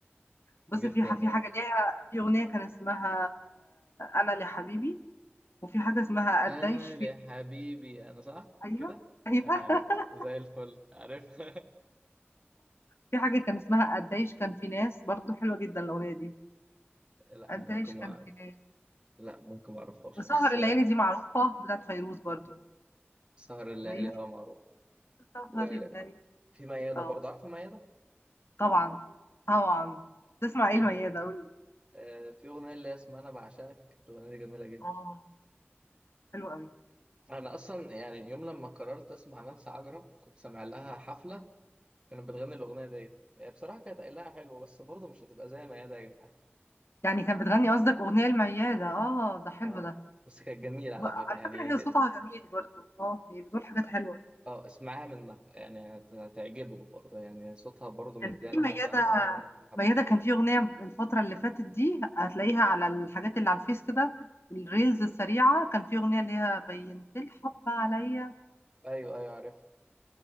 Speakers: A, on the left (about 75°); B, on the right (about 20°).
A: بص
B: جدا
A: في ح-
B: يعني
A: في حاجه ليها في اغنيه كان اسمها انا لحبيبي وفي حاجه اسمها قديش
B: انا
A: في
B: لحبيبي انا صح
A: ايوه
B: كده
A: ايوه
B: طيب، عارف
A: <laughs>
B: زي الفل عارف
A: في حاجه كان اسمها قديش كان في ناس برضو حلوه جدا الاغنيه دي
B: <laughs> لا
A: قديش
B: ممكن
A: كان
B: ما اعرف
A: في ناس
B: لا ممكن ما اعرفهاش
A: وسهر
B: بس
A: الليالي دي معروفه بتاعت فيروز برضو
B: سهر الليالي
A: هي
B: اه معروف
A: سهر
B: وفي
A: الليالي
B: ميادة
A: اه
B: برضه عارفة ميادة
A: طبعا طبعا تسمع
B: جميلة
A: ايه الميادة
B: جدا
A: قول لي
B: آه في أغنية اللي هي اسمها أنا بعشقك الأغنية دي جميلة جدا
A: اه حلو قوي
B: أنا أصلا يعني يوم لما قررت أسمع نانسي عجرم كنت سامع لها حفلة كانت بتغني الأغنية ديت هي بصراحة كانت قايلها حلوة بس برضه مش هتبقى زي ميادة يا جدعان
A: يعني كانت بتغني قصدك اغنية الميادة اه ده حلو
B: اه
A: ده
B: بس كانت جميلة على
A: وعلى
B: فكرة يعني
A: فكرة هي صوتها جميل برضو اه هي بتقول حاجات حلوة
B: اه اسمعها منها يعني هت- هتعجبك برضه يعني صوتها برضه مديالها
A: كان في ميادة
B: فاهمة ان هو ممكن يحب
A: ميادة كان في اغنية الفترة اللي فاتت دي هتلاقيها على الحاجات اللي على الفيس كده الريلز السريعة كان في اغنية اللي هي بينت الحب عليا
B: ايوه ايوه عارف